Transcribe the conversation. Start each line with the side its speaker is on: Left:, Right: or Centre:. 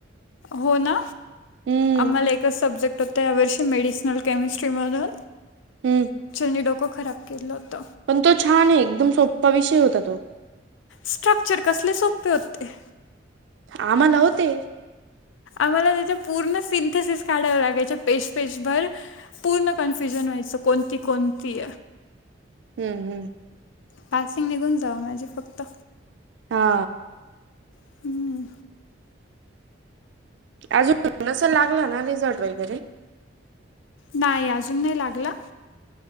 Left: हो ना
Right: हम्म
Left: आम्हाला. सब्जेक्ट होते यावर्षी मेडिसिनल केमिस्ट्री म्हणून.
Right: हम्म
Left: नी डोकं खराब केलं होत.
Right: पण तो छान आहे एकदम सोप्पा विषय होता तो.
Left: स्ट्रक्चर कसले सोपे होते.
Right: आम्हाला होते.
Left: आम्हाला त्याच्या पूर्ण सिंथेसिस काढाव्या लागायच्या पेज पेज भर. पूर्ण कन्फ्युजन व्हायचं कोणती कोणती.
Right: हम्म हम्म.
Left: पासिंग निघून जावं माझे फक्त.
Right: हा
Left: हम्म.
Right: अजून लागलं ना रिझर्ट वगैरे?
Left: नाही अजून नाही लागला